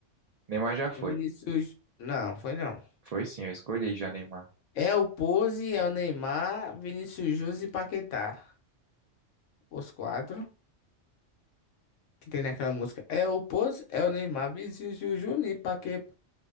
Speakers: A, on the right; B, on the left.
A: Neymar já foi.
B: é Vinícius. Não, foi não.
A: Foi sim, eu escolhi já Neymar.
B: É o Pose, é o Neymar, Vinícius Júnior e Paquetá. Os quatro que tem naquela música. É o Pose, é o Neymar, Vinícius Júnior e Paquetá.